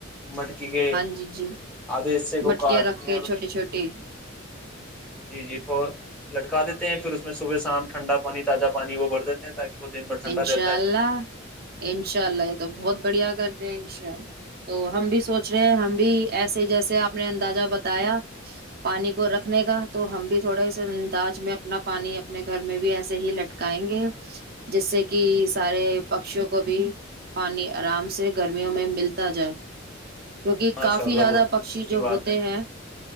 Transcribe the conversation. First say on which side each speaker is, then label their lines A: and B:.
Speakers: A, in the centre; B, on the right.
A: مٹکی کے
B: ہاں جی جی
A: آدھے حصے کو
B: مٹکیاں
A: کاٹ
B: رکھ کے
A: اور اس
B: چھوٹیے چھوٹیے
A: جٹ لٹکا دیتے ہیں پھر اس میں صبح شام ٹھنڈا پانی تازہ پانی وہ بھر دیتے ہیں تاکہ وہ دن بھر ٹھنڈا
B: انشاء
A: رہتا ہے
B: اللہ انشاء اللہ یہ تو بہت بڑھیا کرتے ہیں ان شاء اللہ تو ہم بھی سوچ رہے ہیں ہم بھی ایسے جیسے آپ نے اندازہ بتایا پانی کو رکھنے کا تو ہم بھی تھوڑے انداز میں اپنا پانی اپنے گھر میں بھی ایسے ہی لٹکائیں گے جس سے کہ سارے پکشیوں کو بھی پانی آرام سے گرمیوں میں ملتا جائے کیونکہ
A: ماشاء
B: کافی
A: اللہ
B: زیادہ
A: بہت
B: پکشی
A: اچھی
B: جو
A: بات
B: ہوتے
A: ہے
B: ہیں